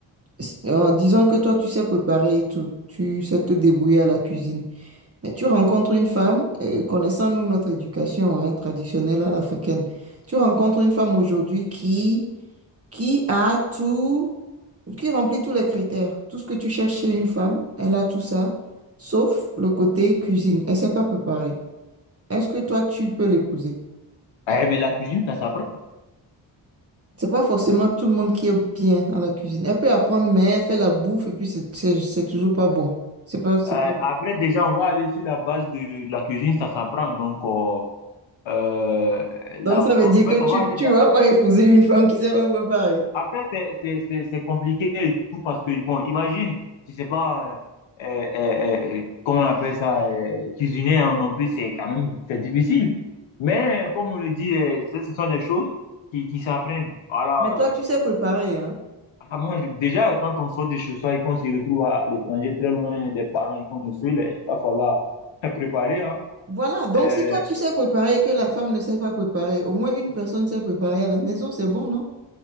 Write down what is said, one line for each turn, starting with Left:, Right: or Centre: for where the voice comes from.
Right: s- euh, disons que toi tu sais préparer et tout, tu sais te débrouiller à la cuisine, mais tu rencontres une femme, euh, connaissant nous notre éducation hein, traditionnelle à l'africaine, tu rencontres une femme aujourd'hui qui qui a tout, qui remplit tous les critères. Tout ce que tu cherches chez une femme, elle a tout ça, sauf le côté cuisine. Elle ne sait pas préparer. Est-ce que toi, tu peux l'épouser?
Left: Eh, mais la cuisine, ça s'apprend.
Right: C'est pas forcément
Left: Euh,
Right: tout le monde qui est bien à la cuisine. Elle peut apprendre, mais elle fait la bouffe et puis c'est c'est- c'est toujours pas bon. C'est pas, c'est
Left: après,
Right: pas bon.
Left: déjà, on va aller sur la base de la cuisine, ça s'apprend. Donc, euh, euh, là,
Right: Donc ça
Left: on va,
Right: veut dire
Left: en fait,
Right: que
Left: on
Right: tu
Left: va aller
Right: tu
Left: dans,
Right: vas pas épouser une femme qui sait pas préparer.
Left: Après, c'est, c'est, c'est, c'est compliqué et tout parce que, bon, imagine, tu sais pas, euh, euh, euh, euh, comment on appelle ça, euh, cuisiner hein, non plus, c'est quand même, c'est difficile. Mais, euh, comme on le dit, euh, ce ce sont des choses qui, qui s'apprennent. Voilà,
Right: Mais toi,
Left: euh,
Right: tu sais préparer, hein.
Left: à moi, je- déjà, quand on sort de chez soi et qu'on se retrouve à, à l'étranger, très loin des parents et qu'on est seul, euh, il va falloir <laughs> préparer, hein.
Right: Voilà, donc
Left: Euh,
Right: si toi tu sais préparer et que la femme ne sait pas préparer, au moins une personne sait préparer à la maison, c'est bon, non?